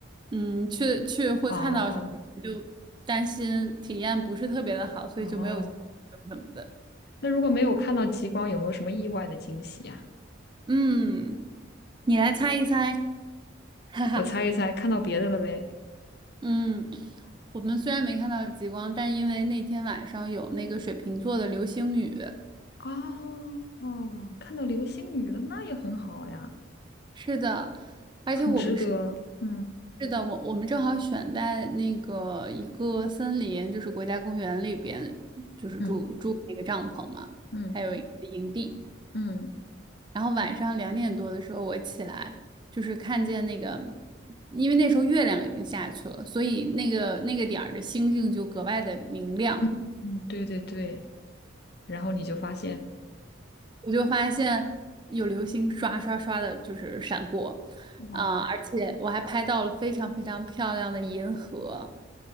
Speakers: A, on the right (about 25°); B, on the left (about 55°).
A: 嗯，去去会看到什么，
B: 哦
A: 就担心体验不是特别的好，所以就没有交流什么的。
B: 哦，那如果没有看到极光，有没有什么意外的惊喜呀、
A: 嗯，你来猜一猜，<laughs> 哈哈，
B: 我猜一猜，看到别的了呗？
A: 嗯，我们虽然没看到极光，但因为那天晚上有那个水瓶座的流星雨，
B: 哦哦，看到流星雨了，那也很好呀，
A: 是的，而且我们是。
B: 很值得。嗯
A: 是的，我我们正好选在那个一个森林，就是国家公园里边，就是住住那个帐篷嘛，
B: 嗯嗯
A: 还有一个营地。
B: 嗯
A: 然后晚上两点多的时候我起来，就是看见那个，因为那时候月亮已经下去了，所以那个那个点儿的星星就格外的明亮。
B: 嗯，对对对。然后你就发现，
A: 我就发现有流星刷刷刷的，就是闪过，
B: 哇，
A: 啊、而且我还拍到了非常非常漂亮的银河。